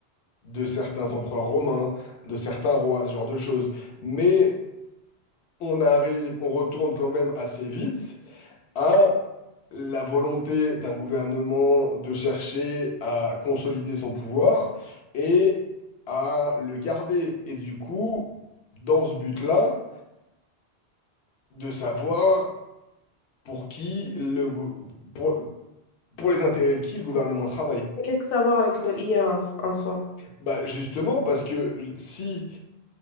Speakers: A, on the left; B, on the left.
A: de certains empereurs romains, de certains rois, ce genre de choses. Mais on arrive, on retourne quand même assez vite à la volonté d'un gouvernement de chercher à consolider son pouvoir et à le garder. Et du coup, dans ce but-là, de savoir pour qui le, gou- pour, pour les intérêts de qui le gouvernement travaille?
B: Mais qu'est-ce que ça a à voir avec le IA en, so- en soi?
A: Bah justement, parce que si,